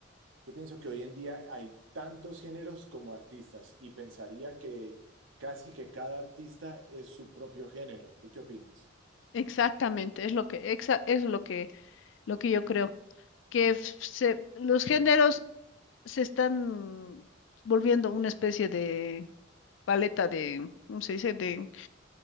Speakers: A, on the right; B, on the left.
A: yo pienso que hoy en día hay tantos géneros como artistas y pensaría que casi que cada artista es su propio género. ¿Tú qué opinas?
B: exactamente, es lo que, exa- es lo que, lo que yo creo, que f- se- los géneros se están volviendo una especie de paleta de, ¿cómo se dice? De